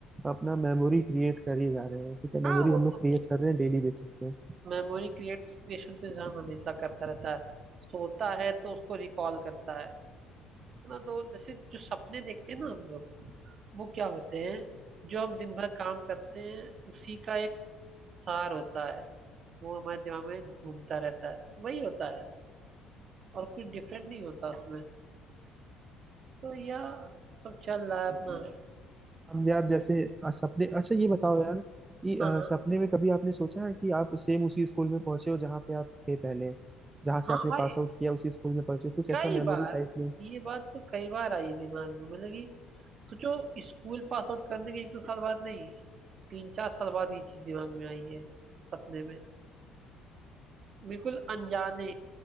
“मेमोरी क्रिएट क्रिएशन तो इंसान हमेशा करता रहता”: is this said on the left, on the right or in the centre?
Right